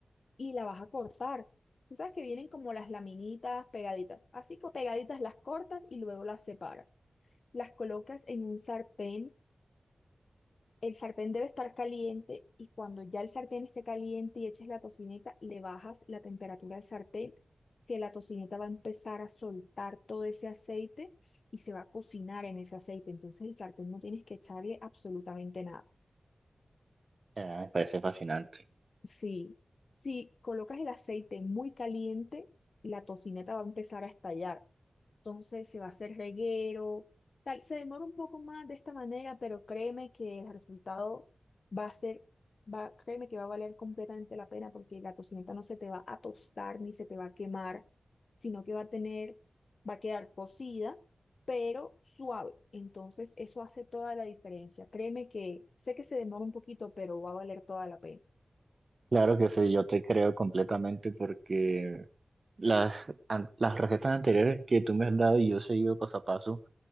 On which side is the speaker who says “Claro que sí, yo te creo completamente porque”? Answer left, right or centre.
Right